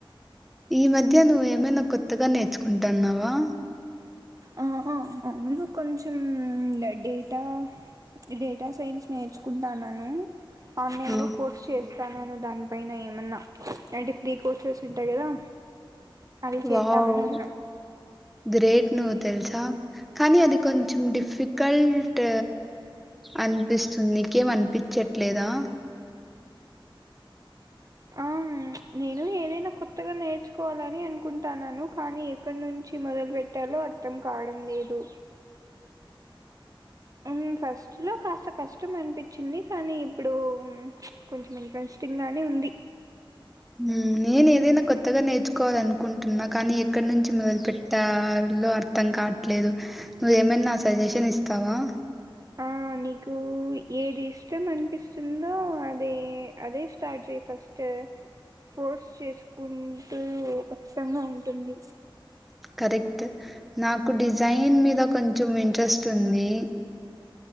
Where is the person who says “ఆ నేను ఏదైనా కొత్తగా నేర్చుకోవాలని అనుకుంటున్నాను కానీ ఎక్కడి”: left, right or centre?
Right